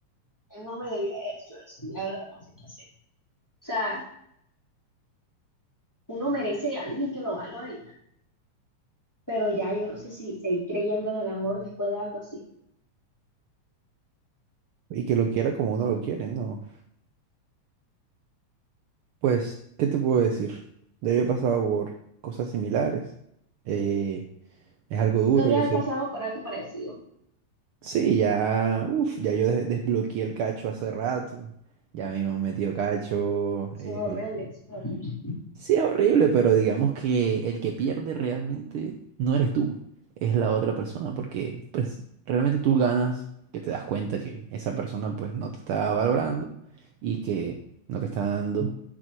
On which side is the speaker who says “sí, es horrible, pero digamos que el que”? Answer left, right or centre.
Right